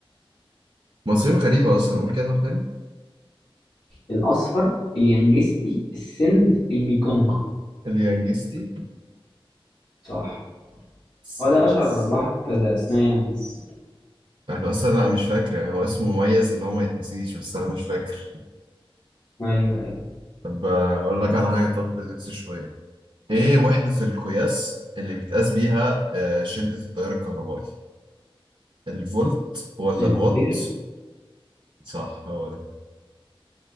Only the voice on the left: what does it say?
الاصفر اليانجستي السند الميكونغ
صح
هو ده اشهر بحر درسناه يعني بس
ايوه ايوه
الامبير